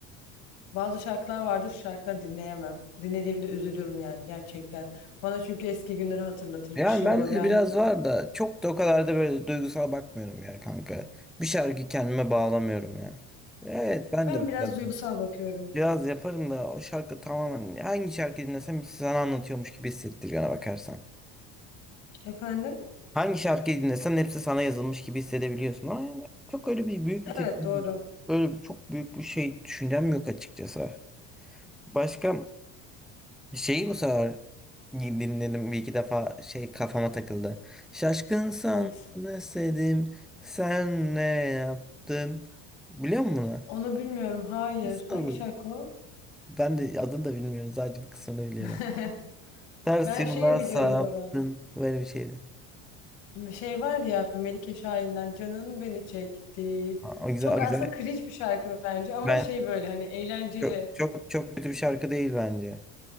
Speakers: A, on the left; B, in the centre.
A: bazı şarkılar vardır, şarkıları dinleyemem. Dinlediğimde üzülürüm yani gerçekten. Bana çünkü eski günleri hatırlatır
B: Yani
A: bir şey
B: bende
A: olur yani.
B: de biraz var da çok da o kadar da böyle duygusal bakmıyorum ya kanka. Bir şarkı kendime bağlamıyorum ya. Evet ben
A: Ben
B: de
A: biraz
B: biraz
A: duygusal bakıyorum.
B: biraz yaparım da o şarkı tamamen hangi şarkı dinlesem sana anlatıyormuş gibi hissettiriyor ona bakarsan.
A: Efendim?
B: Hangi şarkıyı dinlesen hepsi sana yazılmış gibi hissedebiliyorsun. Ama yani çok öyle bir büyük bir tepki,
A: Evet doğru.
B: yok. öyle bir, çok büyük bir şey düşüncem yok açıkçası. Başka şeyi bu sefer dinledim bir iki defa şey kafama takıldı. Şaşkın sana
A: Hangisi?
B: özledim, sen ne yaptın? Biliyor musun bunu?
A: Onu bilmiyorum. Hayır.
B: Nasıl?
A: Hangi şarkı o?
B: Ben de adını da bilmiyorum sadece bu kısmını biliyorum.
A: <laughs>
B: Ters
A: Ben
B: yola
A: şeyi biliyorum
B: saptın
A: Bora.
B: böyle bir şeydi.
A: Şey var ya Melike Şahin'den Canın Beni Çekti.
B: Ha, O güzel
A: Çok
B: o
A: aslında
B: güzel.
A: cringe bir şarkı bence ama
B: Ben
A: şey böyle hani eğlenceli.
B: çok çok çok kötü bir şarkı değil bence.